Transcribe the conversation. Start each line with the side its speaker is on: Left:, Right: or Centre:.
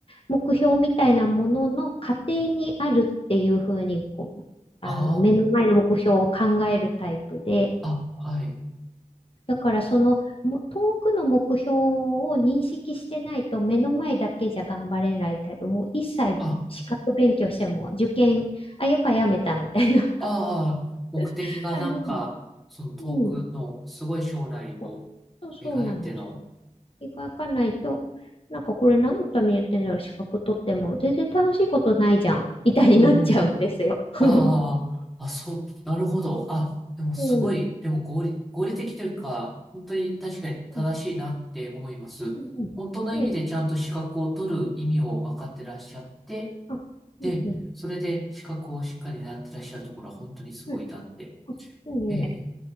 Left: 目標みたいなものの過程にあるっていうふうにこう、あの、
Centre: あ
Left: 目の前の目標を考えるタイプで、
Centre: あ、あ、はい。
Left: だからそのも遠くの目標を認識してないと目の前だけじゃ頑張れないタイプ、もう一切資格勉強しても受験、
Centre: あ、
Left: あ、やっぱやめたみたいな
Centre: ああ、目的がなんか、
Left: <laughs> 感じの。
Centre: その遠くのすごい将来を描いての。
Left: うん。そう、そうなんです。描かないと、なんかこれ何のためにやってんだろう、資格取っても全然楽しいことないじゃん、みたいになっちゃうんですよ。
Centre: うんうん
Left: <laughs>
Centre: ああ、あ、そう、なるほど。あ、でもすごい、
Left: うん。
Centre: でも合理、合理的というか、本当に確かに正しいなって思います。
Left: うん。うんで
Centre: 本当の意味でちゃんと資格を取る意味を分かってらっしゃって、
Left: あ、
Centre: で、
Left: うんうん。
Centre: それで資格をしっかりなってらっしゃるところは本当にすごいなって。
Left: うんあいいね。
Centre: ええ